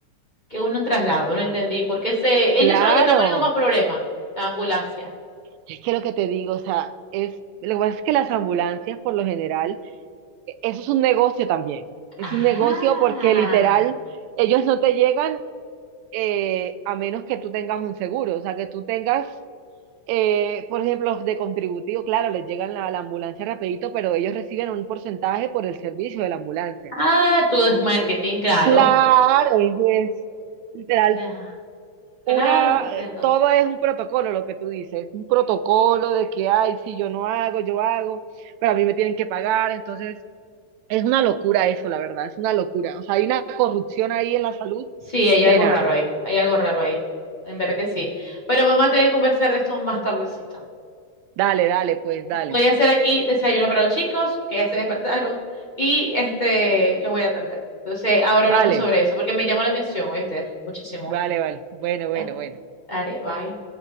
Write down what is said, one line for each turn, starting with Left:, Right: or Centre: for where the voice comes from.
Left: que uno en traslado, no entendí, porque se, ellos
Right: Claro.
Left: son los que están poniendo más problemas, la ambulancia.
Right: Es que lo que te digo, o sea, es, lo que pasa es que las ambulancias, por lo general, eso es un negocio también. Es
Left: Ah,
Right: un negocio porque literal, ellos no te llegan eh, a menos que tú tengas un seguro, o sea, que tú tengas, eh, por ejemplo, los de contributivo, claro, les llegan la, la ambulancia rapidito, pero ellos reciben un porcentaje por el servicio de la ambulancia.
Left: ah, todo es marketing, claro.
Right: Claro, es, es literal
Left: Ya, Claro,
Right: una,
Left: comprendo.
Right: eh, todo es un protocolo, lo que tú dices, un protocolo de que, ay, si yo no hago, yo hago, pero a mí me tienen que pagar, entonces es una locura eso, la verdad, es una locura. O sea, hay una corrupción ahí en la salud
Left: Sí, hay
Right: tenaz.
Left: algo raro ahí, hay algo raro ahí, en verdad que sí. Pero vamos a tener que conversar de esto más tardecito.
Right: Dale, dale, pues dale.
Left: Voy a hacer aquí desayuno para los chicos, que ya se despertaron, y este, los voy a atender. Entonces, ahora
Right: Vale,
Left: hablamos sobre eso, porque me llamó la atención, ¿oíste? Muchísimo.
Right: vale, vale. Bueno, bueno,
Left: Dale,
Right: bueno.
Left: dale, bye.